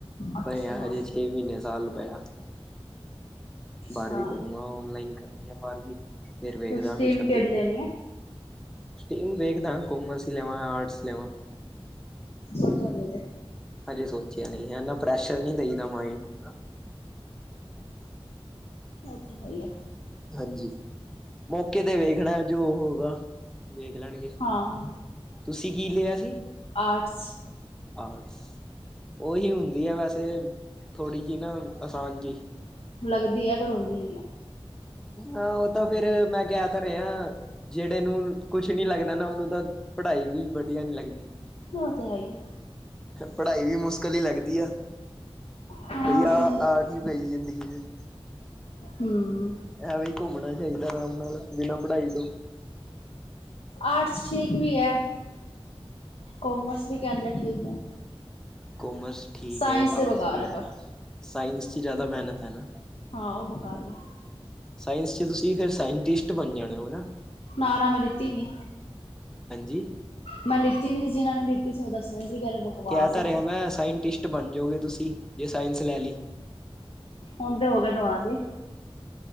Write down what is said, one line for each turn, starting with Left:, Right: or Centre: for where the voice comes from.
Left: ਅੱਛਾ
Centre: ਪਰ ਹਜੇ ਛੇ ਮਹੀਨੇ ਸਾਲ ਪਏ ਆ।
Left: ਅੱਛਾ
Centre: ਬਾਰਵੀਂ ਕਰੂੰਗਾ ਔਨਲਾਈਨ ਕਰਨੀ ਆ ਬਾਰਵੀ ਫਿਰ ਵੇਖਦਾ
Left: ਤੇ ਸਟੀਮ
Centre: ਕੁਛ ਅੱਗੇ
Left: ਕਿਹੜੀ ਲੈਣੀ ਹੈ?
Centre: ਸਟੀਮ ਵੇਖਦਾ ਕੋਮਰਸ ਹੀ ਲੈਵਾਂ ਆਰਟਸ ਲੈਵਾਂ।
Left: ਸੋਚਿਆ ਨਹੀਂ ਅਜੇ
Centre: ਹਜੇ ਸੋਚਿਆ ਨ ਇਨਾ ਪ੍ਰੈਸ਼ਰ ਨਹੀਂ ਦੇਈਦਾ ਦਿਮਾਗ ਨੂੰ-
Left: ਉਹ ਤੇ ਹੈ ਹੀ ਆ।
Centre: ਹਾਂਜੀ। ਮੌਕੇ ਤੇ ਵੇਖਣਾ ਜੋ ਹੋਗਾ ਵੇਖ ਲੈਣਗੇ।
Left: ਹਾਂ
Centre: ਤੁਸੀਂ ਕੀ ਲਿਆ ਸੀ?
Left: ਆਰਟਸ।
Centre: ਆਰਟਸ ਉਹੀ ਹੁੰਦੀ ਹੈ ਵੈਸੇ ਥੋੜ੍ਹੀ ਜਿਹੀ ਨਾ ਆਸਾਨ ਜੀ।
Left: ਲੱਗਦੀ ਹੈ ਪਰੋਂਉਦੀ ਨ ਆ।
Centre: ਹਾਂ ਉਹ ਤਾਂ ਫੇਰ ਮੈਂ ਗਿਆ ਤਾਂ ਰਿਹਾ ਜਿਹੜੇ ਨੂੰ ਕੁਛ ਨੀ ਲੱਗਦਾ ਨਾ ਉਹਨੂੰ ਤਾਂ ਪੜ੍ਹਾਈ ਵੀ ਵਧੀਆ ਨੀ ਲੱਗਦੀ।
Left: ਨਾ ਤੇ ਹੈਈਏ।
Centre: ਪੜ੍ਹਾਈ ਵੀ ਮੁਸ਼ਕਿਲ ਕਲੀ ਲੱਗਦੀ ਆ
Left: ਹਾਂ
Centre: ਬਈ
Left: ਉਹ
Centre: ਆਹ
Left: ਤੇ ਹੈ
Centre: ਆ ਕਿ ਗਈ ਜ਼ਿੰਦਗੀ ਚ।
Left: ਹਮ।
Centre: ਐਵੇਂ ਹੀ ਘੁੰਮਣਾ ਚਾਹੀਦਾ ਆਰਾਮ ਨਾਲ ਬਿਨਾਂ ਪੜ੍ਹਾਈ ਤੋਂ।
Left: ਆਰਟਸ ਠੀਕ ਵੀ ਹੈ ਕੋਮਰਸ ਵੀ ਕਹਿੰਦੇ ਠੀਕ ਹੈ।
Centre: ਕਮਰਸ ਠੀਕ
Left: ਸਾਇੰਸ
Centre: ਹੈ
Left: ਤੇ
Centre: ਆਰਟਸ
Left: ਬੇਕਾਰ
Centre: ਵੀ
Left: ਹੈ ਪਰ
Centre: ਸਾਇੰਸ ਚ ਜ਼ਿਆਦਾ ਮਿਹਨਤ ਹੈ ਨਾ।
Left: ਹਾਂ ਉਹ ਬਕਾਰ ਆ
Centre: ਸਾਇੰਸ 'ਚ ਤੁਸੀਂ ਫਿਰ ਸਾਇੰਟਿਸਟ ਬਣ ਜਾਣੇ ਹੋ ਨਾਂ
Left: ਨਾ ਨਾ ਮੈਂ ਲਿੱਤੀ ਨੀ
Centre: ਹਾਂਜੀ
Left: ਮੈਂ ਲਿੱਤੀ ਨੀ ਸੀ ਜਿਹਨਾਂ ਨੇ ਲਿੱਤੀ ਸੀ ਉਹ ਦੱਸ ਰਹੇ ਸੀ ਬਕਵਾਸ
Centre: ਕਿਹ ਤਾਂ
Left: ਏ।
Centre: ਰਿਹਾ ਮੈਂ ਸਾਇੰਟਿਸਟ ਬਣ ਜਾਓਗੇ ਤੁਸੀਂ ਜੇ ਸਾਇੰਸ ਲੈ ਲਈ
Left: ਹੁਣ ਤੇ ਹੋ ਗਿਆ ਜਵਾਣ ਜੀ